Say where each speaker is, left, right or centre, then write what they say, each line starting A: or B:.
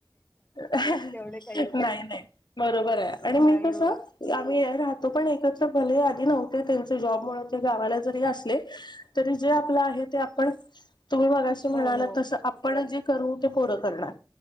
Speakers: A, on the left (about 75°); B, on the left (about 25°).
A: नाही
B: तेवढे काही
A: नाही बरोबर आहे आणि
B: नाही
A: कस
B: होत
A: आम्ही अ राहतो पण एकञ भले आधी नव्हते त्यांचे जॉब मुळ ते गावाला
B: हम्म.
A: जरी असले तरी जे आपलं आहे ते आपण तुम्ही मगाशी म्हणाला
B: हो हो
A: तस आपण जे करु ते पोर करणार